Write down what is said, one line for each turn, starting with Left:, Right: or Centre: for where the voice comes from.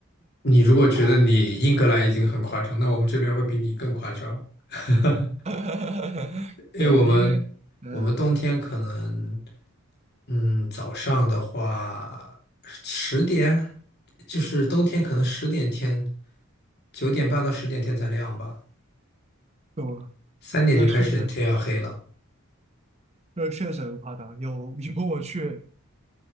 Left: 你如果觉得你英格兰已经很夸张，
Right: 然后，
Left: 那我们这边会比你更夸张。<laughs>
Right: <laughs>
Left: 因为我们我们冬天可能，
Right: 对，因为嗯，
Left: 嗯，早上的话十点，就是冬天可能十点天，九点半到十点天才亮吧，
Right: 我
Left: 三点就开始天要黑了。
Right: 那是的，那确实很夸张。有 <laughs> 有我去